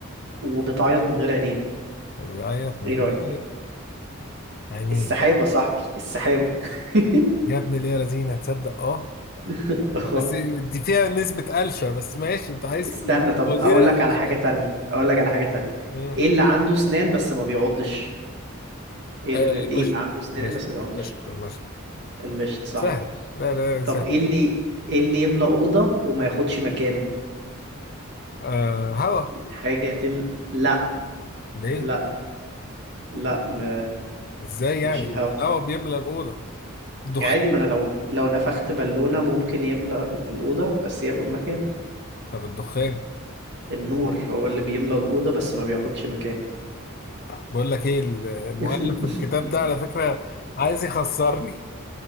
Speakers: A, on the right (about 55°); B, on the left (about 45°).
A: وبتعيط من غير عينين
B: وبيعيط من
A: ايه رأيك
B: غير عينين
A: السحابة صاحبي السحابة <laughs>
B: يا ابن الايه يا لذينه تصدق اه
A: <laughs>
B: بس دي فيها نسبه قلشه بس ماشي انت عايز
A: استنى
B: في الفوازير
A: طب اقول
B: القلاشات؟
A: لك على حاجة تانية اقول لك على حاجة تانية
B: امم
A: ايه اللي عنده سنان بس ما بيعضش ايه
B: آه،
A: اللي بي... ايه
B: مشت
A: اللي عنده سنان
B: مشت
A: بس ما بيعضش
B: مشت مشت
A: المشط صح
B: سهل لا لا لا،
A: طب
B: سهل
A: ايه اللي ايه اللي يملأ أوضة وما ياخدش مكان
B: آه هوا
A: حاجة تملأ لا
B: ليه
A: لا لا م...
B: ازاي يعني
A: مش الهوا
B: ما الهوا بيملى الاوضه الدخان
A: يعني عادي ما انا لو لو نفخت بالونة ممكن يملأ الأوضة بس ياخد مكان
B: طب الدخان
A: النور هو اللي بيملأ الأوضة بس ما بياخدش مكان
B: بقول لك ايه ال- المؤلف
A: <laughs>
B: في الكتاب ده على فكره عايز يخسرني